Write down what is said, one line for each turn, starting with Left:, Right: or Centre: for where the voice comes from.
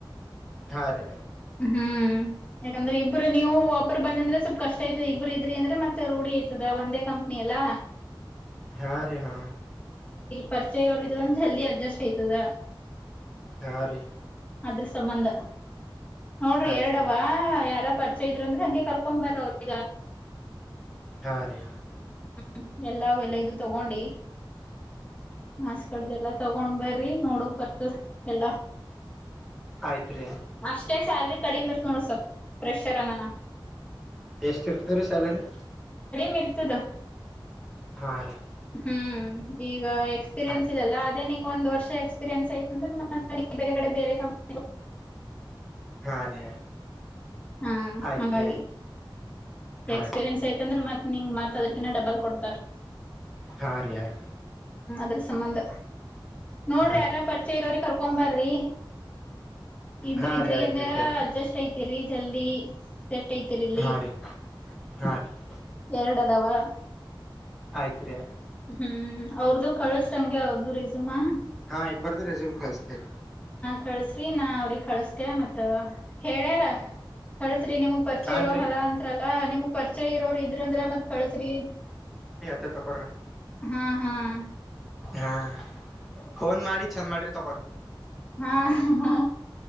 Centre: ಹಾ ರೀ
Left: ಹ್ಮ್ ಯಾಕಂದ್ರೆ ಇಬ್ರು ನೀವು ಒಬ್ರು ಬನ್ನಂದ್ರೆ ಸ್ವಲ್ಪ ಕಷ್ಟ ಆಯತದ ಇಬ್ಬರು ಇದ್ರಿ ಅಂದ್ರೆ ಮತ್ತೆ ರೂಢಿ ಆಐತದ ಒಂದೇ ಕಂಪ್ನಿ ಎಾ
Centre: ಹಾ ರೀ ಹಾ
Left: ಪರಿಚಯ ಇರೋರು ಇದ್ರ ಜಲ್ದಿ ಅಡ್ಜಸ್ಟ್ ಐ್ತದ
Centre: ಹಾರಿ
Left: ಅದ್ರ ಸಂಬಂಧ ನೋಡ್ರಿ
Centre: ಆಯ್ತ್
Left: ಎರಡವ ಯಾರ ಪರ್ಚ ಇದ್ರು ಅಂದ್ರೆ ಹಂಗೆ ಕರ್ಕೊ್ ಬರ್ರ ಅವ್ರೀಗ
Centre: ಹಾ ರಾ
Left: ಹ್ಮ್ ಎಲ್ಲ ಎಲ್ಲ ಇದು ತಗೊಂಡಿ ಆಸ್ ಕಡ್ದಲ್ಲ ತಗೊಂಡ್ ಬರಿ ನೋಡಕ್ ಬರ್ತದ ಎಲ್ಲಾ
Centre: ಆಯ್ತ್ ಹಾ ರೀ ಹಾ ಹಾ ರೀ ಆಯ್ತ್ ರೀ
Left: ಅಷ್ಟೇ, ಸಲ್. <inaudible> ಕಡಿಮೆ ಬರ್ತ ನೋಡ ಸ್ವಲ್ ಪ್ರಫ್ರೆಷರ್ ಅನಾನ
Centre: ಎಷ್ಟ ಇರ್ತದ್ರಿ ಸ್ಯಾಲರಿ
Left: ನಿಿರ್ತದು
Centre: ಹಾ ರೀ
Left: ಹ್ಮ್ ಈಗ ಎಕ್ಸ್ಪೀರಿಯನ್ಸ್
Centre: ಆಯ್ತ್
Left: ಇದೆಲ್ಲ ಅದೇ ನಿ ಒಂದ ವರ್ಷ ಎಕ್ಸ್ಪೀರಿಯೆನ್ಸ್ ಯತಂದ್ರೆ ಮ ಬೇರೆ ಕಡೆ ಬೇರೆ ಕಂಪ್ನಿ
Centre: ಹಾ ರೀ
Left: ಹಾ
Centre: ಆಯ್ತ್
Left: ಹಾಗಾಗಿ
Centre: ರೀ ಹಾ
Left: ಎಕ್ಸ್ಪೀರಿಯೆನ್ಸ್
Centre: ರೀ
Left: ಐತಂದ್ರೆ ಮತ್ ನಿಂ್ ಮತ್ತತ್ ಅದಕಿನ್ನ ಡಬಲ್ ಕೊಡ್ತಾರ
Centre: ಹಾ ರಯ್
Left: ಇದ, ಸಂಬಂಧ ನೋಡ್ರಿ
Centre: ಹಾ
Left: ಯಾರ
Centre: ರೀ
Left: ಪರಿಚಯ ಇರೋರು, ಕರ್ಕೊ ಬರ್ರಿ! <inaudible> ಇಬ್ರ,
Centre: ಹಾ
Left: ಇದ್ರಿ,
Centre: ರೀ ಆಯ್ತ್
Left: ಅಂದ್ರ
Centre: ರೀ ಕೇಳ್ತ
Left: ಅಡ್ಜಸ್ಟ್ ಐತಿರಿ ಜಲ್ದಿ! <inaudible> ಸೆಟ್, ಐತಿರಿಲ್ಲಿ.
Centre: ಹಾ
Left: <inaudible>
Centre: ರೀ ಹಾ, ರಿ. <inaudible>
Left: ಎರಡದವ. <inaudible>
Centre: ಆಯ್ತ್ರಿ. <inaudible>
Left: ಹ್ಮ್, ಅವ್ರದು ಕಳಸ್ಂಗೆ! ಅವ್ರದು, ರೆಸುಮಹಾ. <inaudible>
Centre: ಹಾ, ಇಬ್ಬರದು ರೆಸಿಮ್, ಕಳಿಸ್ತಾ ಇರಿ. <inaudible>
Left: ಕಳ್ಸ್ರಿ, ನಾ ಅವ್ರಿಗೆ ಕಳಸ್ತೇ! ಮತ್ತ ಹೇಳ್ಯಾರ ಕಳ್ಸ? <inaudible> ೀ ನಿಮಗ್ ಪರಿಚಯ
Centre: ಹಾನ್
Left: ಇರೋ
Centre: ರೀ
Left: ಅರಾ ಅಂತ್ರಲ್ಲಾ ನಿಮಗ್ ಪರಿಚಯ ಇರೋರು, ಇದ್ರ ಅಂದ್ರ ಮತ್ ಕಳಸ್ರಿ. <inaudible>
Centre: ಇದೇ, ತಕೋರಿ. <inaudible>
Left: ಹಹಾ. <inaudible>
Centre: ಹಾ, ಫೋನ್ ಮಾಡಿ! ಚಂದ ಮಾಡ್ರಿ ತಗೋ. <inaudible>
Left: ಹಾ ಹಾ